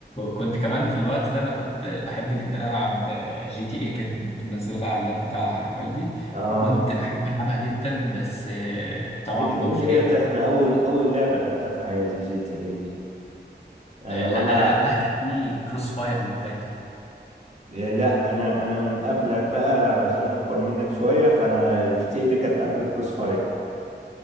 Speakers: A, on the left; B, on the right.
A: كنت كمان في الوقت ده انا كنت بحب جدا العب جي تي اي كنت كنت منزلها على اللاب بتاع والدي
B: اه
A: وكنت بحب العبها جدا بس آه، طبعا
B: جي تي
A: بابجي
B: اي ديت
A: جت
B: احنا اول اول لعبة لعبتها في حياتي جي تي اي دي يعني
A: آه،
B: وانا
A: لا انا قبلها كان في كروس فاير لو فاكر
B: إيه، لا انا انا من قبلك بقى عشان انا اكبر منك شويه فانا جي تي اي دي كانت قبل كروس فاير